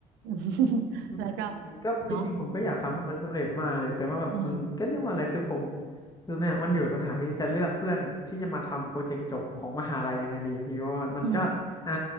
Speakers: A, on the right (about 65°); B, on the left (about 20°).
A: <laughs>
B: อืมก็จริงๆผมก็อยากทำให้มันสำเร็จมากเลยแต่ว่าแบบมันก็เรียกว่าอะไรคือผม
A: แล้วก็เนาะอืม
B: คือเนี่ยมันอยู่ปัญหาที่จะเลือกเพื่อนที่จะมาทำโปรเจกต์จบของมหาลัยยังไงดีอะพี่เพราะว่ามันก็อ่ะ
A: อืม